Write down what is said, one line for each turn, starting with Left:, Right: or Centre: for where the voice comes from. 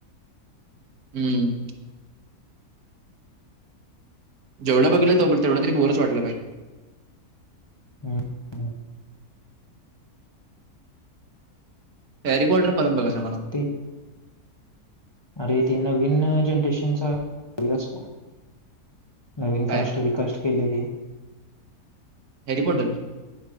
Right: हम्म. जेवढं बघितलं त तेवढा तरी बोरच वाटल भाई.
Left: हम्म.
Right: हॅरी कॉडर परत बघायचा मला.
Left: ते अरे ते नवीन जनरेशनचा बघलास का? नवीन
Right: काय?
Left: कास्ट रिकास्ट केले ते
Right: हॅरी पॉटर?